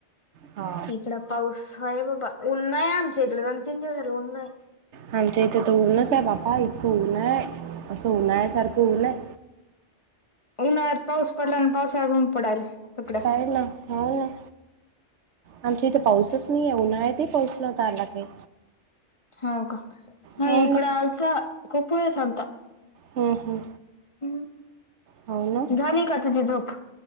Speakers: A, on the right; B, on the left.
A: हा
B: इकड पाऊस आहे बाबा. उन्हाळा आहे आमच्या इकड. दोन- तीन दिवस झाले ऊन आहे.
A: आमच्या इथे तर ऊनच आहे बाबा. इतकं ऊन आहे. असं उन्हाळ्या सारखं ऊन हाय.
B: उन्हाळ्यात पाऊस पडला आणि पावसाळ्यात ऊन पडायल इकडं.
A: काय ना. हो ना. आमच्या इथे पाऊसच नाही आहे. उन्हाळ्यातही पाऊस नव्हता आला काही.
B: हो का. नाही
A: हो
B: इकड
A: ना
B: आलता. खूप वेळेस आलता.
A: हं, हं.
B: हम्.
A: हो ना
B: झाली का तुझी झोप.